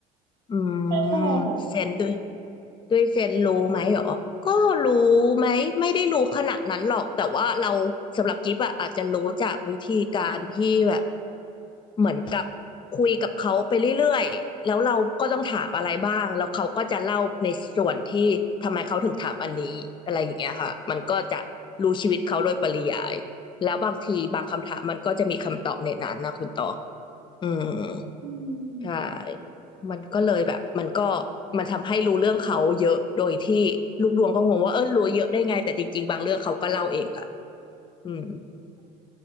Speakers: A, on the left; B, on the right.
A: อืม
B: ใช่ใช่ค่ะ
A: เซนส์ด้วยด้วยเซนส์รู้ไหมเหรอก็รู้ไหมไม่ได้รู้ขนาดนั้นหรอกแต่ว่าเราสำหรับกิฟอะอาจจะรู้จากวิธีการที่แบบเหมือนกับคุยกับเขาไปเรื่อยๆแล้วเราก็ต้องถามอะไรบ้างแล้วเขาก็จะเล่าในส่วนที่ทำไมเขาถึงถามอันนี้อะไรอย่างเงี้ยค่ะมันก็จะรู้ชีวิตเขาโดยปริยายแล้วบางทีบางคำถามมันก็จะมีคำตอบในนั้นนะคุณต่อ อืม
B: อืม
A: ใช่มันก็เลยแบบมันก็มันทำให้รู้เรื่องเขาเยอะโดยที่ลูกดวงก็งงว่าเออรู้เยอะได้ไงแต่จริงๆบางเรื่องเขาก็เล่าเองค่ะอืม